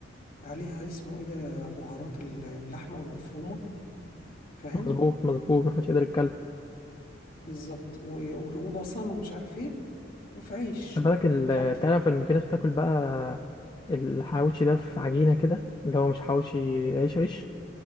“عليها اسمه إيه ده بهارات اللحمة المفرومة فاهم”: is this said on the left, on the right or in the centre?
Left